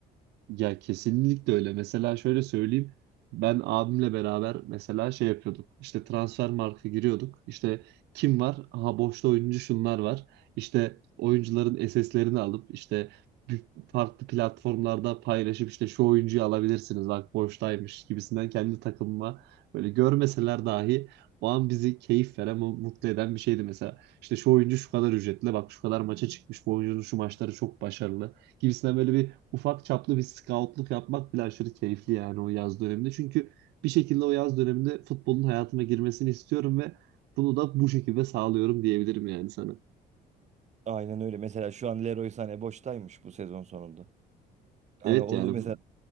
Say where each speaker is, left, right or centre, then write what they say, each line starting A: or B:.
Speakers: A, on the right; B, on the right.
A: Ya kesinlikle öyle. Mesela şöyle söyleyeyim. Ben abimle beraber mesela şey yapıyorduk. İşte transfer marka giriyorduk. İşte kim var? Aha boşta oyuncu şunlar var. İşte oyuncuların SS'lerini alıp işte bir- farklı platformlarda paylaşıp işte şu oyuncuyu alabilirsiniz. Bak boştaymış gibisinden kendi takımıma böyle görmeseler dahi o an bizi keyif veren, mu- mutlu eden bir şeydi mesela. İşte şu oyuncu şu kadar ücretli, bak şu kadar maça çıkmış, bu oyuncunun şu maçları çok başarılı gibisinden böyle bir ufak çaplı bir scoutluk yapmak bile aşırı keyifli yani o yaz döneminde. Çünkü bir şekilde o yaz döneminde futbolun hayatıma girmesini istiyorum ve bunu da bu şekilde sağlıyorum diyebilirim yani sana.
B: Aynen öyle. Mesela şu an Leroy Sané boştaymış bu sezon sonunda. Hani
A: Evet
B: onu
A: yani
B: mesela
A: bu,